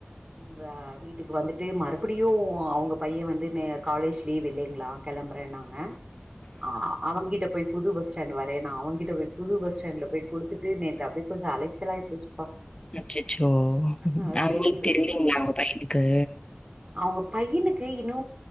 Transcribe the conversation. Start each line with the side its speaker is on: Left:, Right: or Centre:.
Right: இவ் வேவி வீட்டுக்கு வந்துட்டு மறுபடியு அவுங்க பையே வந்து மே காலேஜ் லீவ் இல்லிங்களா கெளம்புறேனாங்க ஆ அவுங்கிட்ட போய் புது பஸ் ஸ்டாண்டு வரேனா அவுங்கிட்ட போய் புது பஸ் ஸ்டாண்ட்ல போய் குடுத்துட்டு நேத்து அப்டி கொஞ்சோ அலைச்சலாகி போச்சுப்பா
Left: அச்சச்சோ
Right: ஆ
Left: அவுங்களுக்
Right: செரி
Left: தெரிலீங்களா அவுங்க பையனுக்கு
Right: அவுங்க பையனுக்கு இன்னு